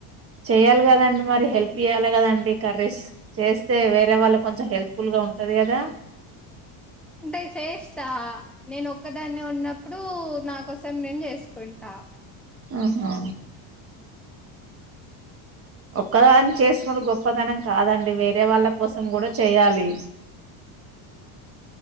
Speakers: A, on the right; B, in the centre.
A: చెయ్యాలి గదండి మరి హెల్ప్ జెయ్యాలి కదండి కర్రీస్. చేస్తే వేరే వాళ్ళ కొంచెం హెల్ప్ఫుల్ గా ఉంటది గదా.
B: అంటే చేస్తా నేను ఒక్కదాన్నే ఉన్నప్పుడు. నా కోసం నేన్ జేసుకుంటా
A: ఆహా ఒక్కదాన్ చేసుకుంట గొప్పతనం కాదండి వేరే వాళ్ళ కోసం గుడా చెయ్యాలి